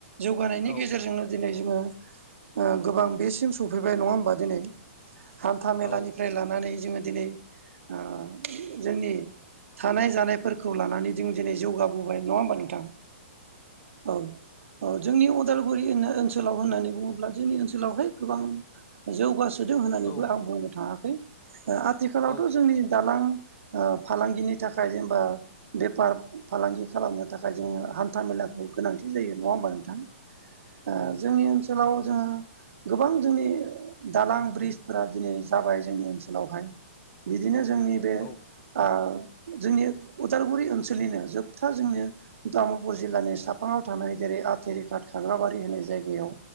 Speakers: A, on the right; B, on the left.
A: जौगानायनि
B: औ
A: गेजेरजोंनो दिनै जोङो ओ गोबां बेसिम सफैबाय नङा होमबा दिनै हान्था मेलानिफ्राय
B: औ
A: लानानै जोङो दिनै ओ जोंनि थानाय जानायफोरखौ लानानै जों दिनै जौगाबोबाय नङा होमबा नोंथां औ अ जोंनि उदालगुरि नो ओनसोलाव होननानै बुङोब्ला जोंनि ओनसोलावहाय गोबां जौगासोदों होननानैबो
B: औ
A: आं बुंनो थाङाखै आथिखालावथ'
B: औ
A: जोंनि दालां ओ फालांगिनि थाखाय जेनेबा बेफार फालांगि खालामनो थाखाय जोङो हान्था मेलाखौ गोनांथि जायो नङा होमबा नोंथां
B: नोंथां
A: जोंनि
B: औ
A: ओनसोलाव जोङो गोबां जोंनि दालां ब्रिजफोरा दिनै जाबाय जोंनि ओनसोलावहाय बिदिनो जोंनि बे
B: औ
A: ओ जोंनि उदालगुरि ओनसोलनिनो जोबथा जोंनि तामुलपुर जिल्लानि साफाङाव थानाय जेरै आथेरिकाट खाग्राबारि होननाय जायगायाव